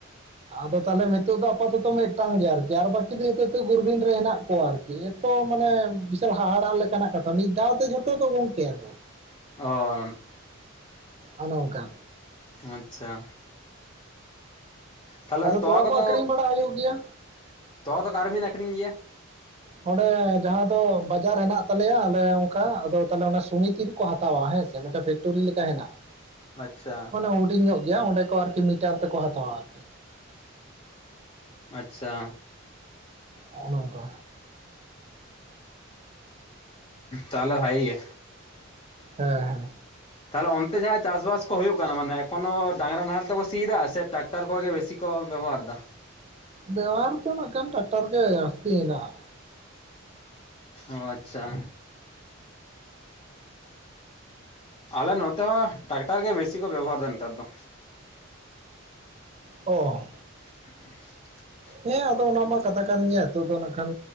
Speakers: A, on the right; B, on the left.
A: ᱟᱫᱚ ᱛᱟᱦᱚᱞᱮ ᱢᱤᱫ ᱱᱤᱛᱚᱜ ᱫᱚ ᱟᱯᱟᱛᱚᱛᱚ ᱢᱤᱫᱴᱟᱝ ᱜᱮᱭᱟ ᱟᱨᱠᱤ, ᱟᱨ ᱵᱟᱹᱠᱤ ᱫᱚ ᱡᱷᱚᱛᱚ ᱦᱤᱛᱚᱜ ᱜᱩᱨᱵᱷᱤᱱ ᱨᱮ ᱦᱮᱱᱟᱜ ᱠᱚᱣᱟ ᱟᱨᱠᱤ ᱮᱛᱚ ᱢᱟᱱᱮ, ᱦᱟᱦᱟᱲᱟᱜ ᱞᱮᱠᱟᱱᱟᱜ ᱠᱟᱛᱷᱟ ᱢᱤᱫ ᱫᱷᱟᱣ ᱛᱮ ᱡᱷᱚᱛᱚ ᱫᱚ ᱜᱚᱝᱠᱮ ᱟᱫᱚ᱾
B: ᱚ,
A: ᱚᱱᱮ ᱚᱱᱠᱟ
B: ᱟᱪᱪᱷᱟ᱾ ᱛᱟᱦᱚᱞᱮ
A: ᱟᱫᱚ ᱛᱚᱣᱟ
B: ᱠᱚᱫᱚ
A: ᱠᱚ ᱟᱹᱠᱷᱨᱤᱧ ᱵᱟᱲᱟ ᱦᱩᱭᱩᱜ ᱜᱮᱭᱟ᱾
B: ᱛᱚᱣᱟ ᱫᱚ ᱚᱠᱟᱨᱮᱵᱤᱱ ᱟᱠᱷᱨᱤᱧ ᱜᱮᱭᱟ?
A: ᱚᱸᱰᱮ ᱡᱟᱦᱟᱸ ᱫᱚ ᱵᱟᱡᱟᱨ ᱦᱮᱱᱟᱜ ᱛᱟᱞᱮᱭᱟ ᱟᱞᱮ ᱚᱝᱠᱟ ᱟᱫᱚ ᱛᱟᱞᱦᱮ ᱚᱱᱟ ᱥᱚᱢᱤᱛᱤ ᱨᱮ᱾ ᱠᱚ ᱦᱟᱛᱟᱣᱟ ᱦᱮᱸᱥᱮ ᱢᱤᱫᱴᱮᱱ ᱯᱷᱮᱠᱴᱚᱨᱤ ᱞᱮᱠᱟ ᱦᱮᱱᱟᱜ-ᱟ᱾
B: ᱟᱪᱪᱷᱟ
A: ᱢᱟᱱᱮ ᱦᱩᱰᱤᱧ ᱧᱚᱜ ᱜᱮᱭᱟ ᱚᱸᱰᱮ ᱠᱚ ᱟᱨᱠᱤ ᱢᱤᱴᱟᱨ ᱛᱮᱠᱚ ᱦᱟᱛᱟᱣᱟ᱾
B: ᱟᱪᱪᱷᱟ,
A: ᱦᱚᱸᱜᱼᱚ ᱱᱚᱝᱠᱟ᱾
B: ᱛᱟᱦᱚᱞᱮ ᱵᱷᱟᱜᱮ ᱜᱮ᱾
A: ᱦᱮᱸ ᱦᱮᱸ
B: ᱛᱟᱦᱚᱞᱮ ᱚᱱᱛᱮ ᱡᱟᱦᱟᱸ ᱪᱟᱥ ᱵᱟᱥ ᱠᱚ ᱦᱩᱭᱩᱜ ᱠᱟᱱᱟ ᱢᱟᱱᱮ ᱮᱠᱷᱚᱱ ᱦᱚᱸ ᱰᱟᱸᱝᱨᱟ ᱱᱟᱦᱮᱞ ᱛᱮᱠᱚ ᱥᱤᱭᱮᱫᱟ ᱥᱮ ᱴᱟᱠ ᱴᱟᱨ ᱠᱚᱜᱮ ᱵᱮᱥᱤ ᱠᱚ ᱵᱮᱵᱚᱦᱟᱨ ᱫᱟ᱾
A: ᱫᱮᱣᱟᱨ ᱫᱚ ᱱᱟᱸᱜ ᱠᱷᱟᱱ ᱴᱟᱠᱴᱟᱨ ᱜᱮ ᱡᱟᱹᱥᱛᱤ ᱦᱮᱱᱟᱜ-ᱟ᱾
B: ᱚ ᱟᱪᱪᱷᱟ, ᱟᱞᱮ ᱱᱚᱛᱮ ᱦᱚᱸ ᱴᱟᱠᱴᱟᱨ ᱜᱮ ᱵᱮᱥᱤ ᱠᱚ ᱵᱮᱵᱚᱦᱟᱨᱫᱟ ᱱᱮᱛᱟᱨ ᱫᱚ᱾
A: ᱚ,
B: <inaudible>
A: ᱦᱮᱸ ᱟᱫᱚ ᱚᱱᱟ ᱢᱟ ᱠᱟᱛᱷᱟ ᱠᱟᱱ ᱜᱮᱭᱟ ᱱᱤᱛᱚᱜ ᱫᱚ ᱱᱟᱜ ᱠᱷᱟᱱ